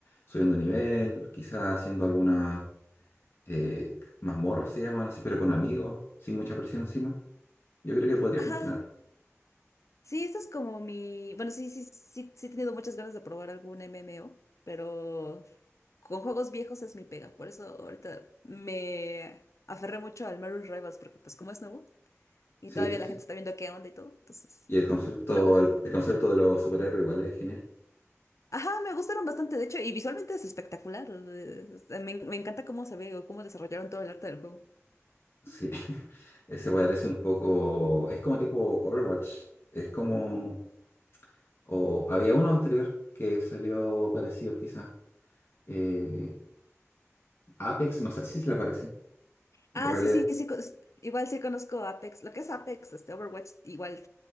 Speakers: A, on the left (about 55°); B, on the left (about 75°).
A: subiendo nivel, quizás haciendo algunas
B: Mm.
A: eh, mazmorras se llaman así, pero con amigos, sin mucha presión encima. Yo creo que podría
B: Ajá,
A: funcionar.
B: sí, esa es como mi... Bueno, sí, sí, sí, sí he tenido muchas ganas de probar algún MMO, pero con juegos viejos es mi pega. Por eso ahorita me aferré mucho al Marvel Rivals, porque pues como es nuevo y
A: Sí,
B: todavía
A: sí,
B: la
A: sí.
B: gente está viendo qué onda y todo, entonces...
A: Y el concepto,
B: No.
A: el, el concepto de los superhéroes igual es genial.
B: Ajá, me gustaron bastante, de hecho, y visualmente es espectacular. eh, o sea, Me, me encanta cómo se ve o cómo desarrollaron todo el arte del juego.
A: Sí, <laughs> ese parece un poco, es como tipo Overwatch, es como O había uno anterior que salió parecido quizá. Eh, Apex, no sé si se le parece. Reliant.
B: Ah, sí, sí, sí, co- s- igual sí conozco Apex. Lo que es Apex, este Overwatch, igual,